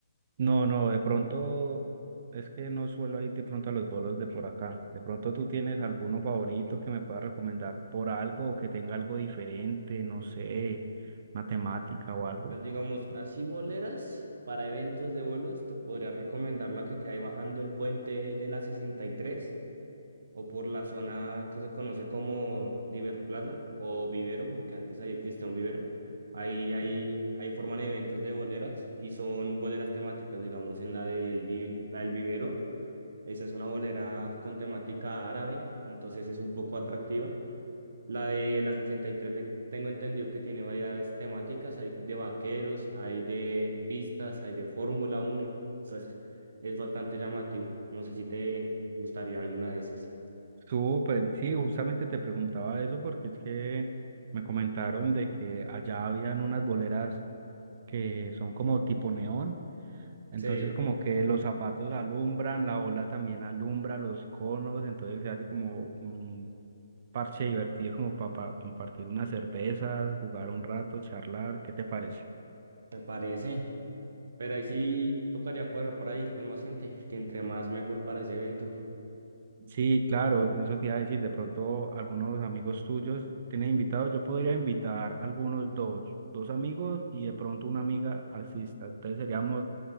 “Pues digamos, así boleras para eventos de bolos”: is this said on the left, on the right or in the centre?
Right